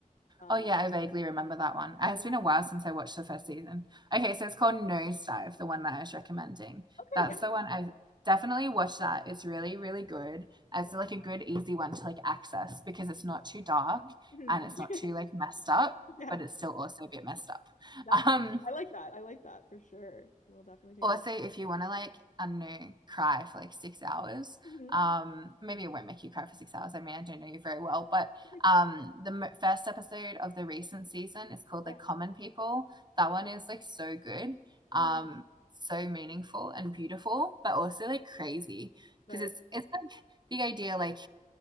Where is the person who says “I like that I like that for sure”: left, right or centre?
Left